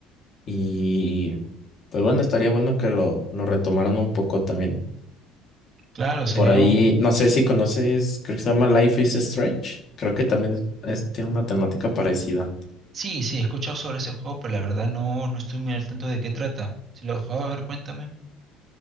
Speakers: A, on the left; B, on the right.
A: Y pues bueno, estaría bueno que lo, lo retomaran un poco también.
B: Claro, sería
A: Por ahí,
B: un...
A: no sé si conoces, creo que se llama Life is Strange. Creo que también es- tiene una temática parecida.
B: Sí, sí, he escuchado sobre ese juego, pero la verdad no, no estoy muy al tanto de qué trata. Si lo he jugado, a ver, cuéntame.